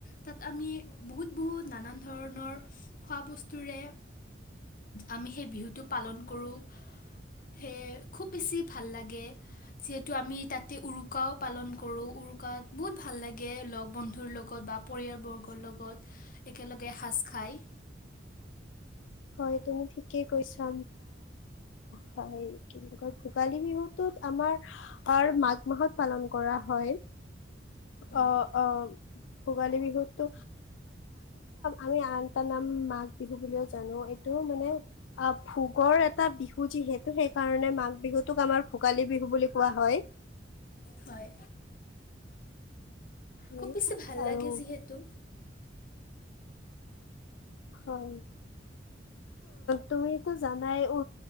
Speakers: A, on the left; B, on the left.
A: তাত আমি বহুত বহুত নানান ধৰণৰ খোৱা বস্তুৰে আমি সেই বিহুটো পালন কৰোঁ। সেয়ে খুব বেছি ভাল লাগে যিহেতু আমি তাতে উৰুকাও পালন কৰোঁ উৰুকাত বহুত ভাল লাগে লগ বন্ধুৰ লগত বা পৰিয়ালবৰ্গৰ লগত একেলগে এসাজ খাই।
B: হয় তুমি ঠিকেই কৈছা হয়, কি বুলি কয় ভোগালী বিহুতত আমাৰ মাঘ মাহত পালন কৰা হয়। অ'
A: হয়
B: অ' ভোগালী বিহুতো আমি আন এটা নাম মাঘ বিহু বুলিওঁ জানো। এইটো মানে ভোগৰ এটা বিহু যিহেতু সেইকাৰণে মাঘ বিহুতোক আমাৰ ভোগালী বিহু বুলি কোৱা হয়।
A: হয়।
B: সেই
A: খুব বেছি ভাল
B: আৰু
A: লাগে যিহেতু
B: হয়, তুমিতো জানাই উ